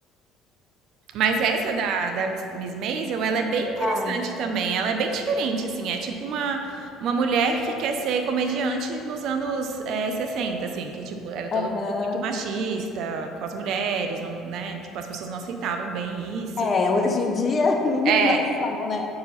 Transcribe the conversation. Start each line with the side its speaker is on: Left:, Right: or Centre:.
Right: Mas essa da, da Miss Miss Maisel, ela é bem interessante
Left: ah,
Right: também. Ela é bem diferente, assim. É tipo uma, uma mulher que quer ser comediante nos anos eh, 60, assim. Que, tipo, era todo
Left: Aham.
Right: mundo muito machista com as mulheres, não, né? Tipo, as pessoas não aceitavam bem isso.
Left: É, hoje em dia <laughs> nem-
Right: É,
Left: não são, né?